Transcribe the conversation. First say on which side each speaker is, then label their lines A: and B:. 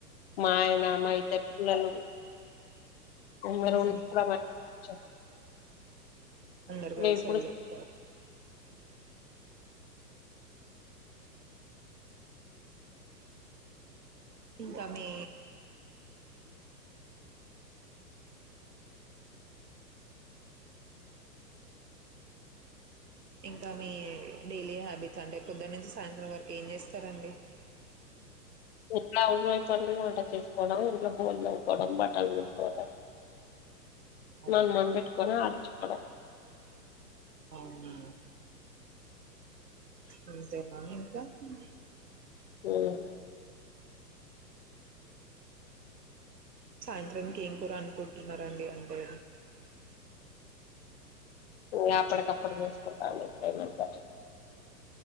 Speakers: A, on the left; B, on the right.
A: మా ఆయన మా ఇద్దరు పిల్లలు <unintelligible>
B: ఉహు. అందరు కలిసిఎల్లిర్రు
A: ఇప్పుడు
B: ఇంకా మీ ఇంకా మీ డైలీ హ్యాబిట్స్ అంటే పొద్దున నుంచి సాయంత్రం వరకు ఏం చేస్తారండి
A: ఎట్లా <unintelligible> వంటలు చేస్తా కోడం ఇంట్లో బోకులు తోముకోవడం బట్టలు పిండుకోవడం
B: ఆ!
A: మంద మంద పెట్కోన ఆ హలో
B: అవును అంతేన ఇంకా ఉమ్
A: ఉమ్
B: సాయంత్రాంకి ఏం కూర అనుకుంటున్నారండి అంటె
A: హు య అప్పుడకప్పుడ జేస్ కుంటాములె, ఇప్పుడు జెయమంటె.